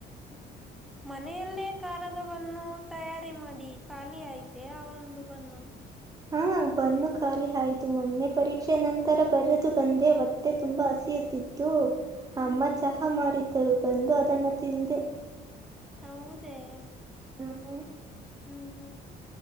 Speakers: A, in the centre; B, on the right.
A: ಹ ಮನೆಯಲ್ಲೇ ಖಾರದ ಬನ್ನು ತಯಾರಿ ಮಾಡಿ ಖಾಲಿ ಆಐತೆ ಆ ಒಂದು ಬನ್ನು
B: ಹಾ ಬನ್ನು ಖಾಲಿ ಆಯ್ತು ಮೊನ್ನೆ ಪರೀಕ್ಷೆ ನಂತರ ಬರೆದು ಬಂದೆ ಹೊತ್ತೆ ತುಂಬಾ ಹಸಿ ತೆಗೆದಿತ್ತು
A: ಹ್ಮ್
B: ಅಮ್ಮ ಚಹಾ ಮಾಡಿದ್ದರು ಬಂದು ಅದನ್ನ ತಿಂದೆ
A: ಹೌದೇ
B: ಹ್ಮ್ ಹ್ಮ್
A: ಹ್ಮ್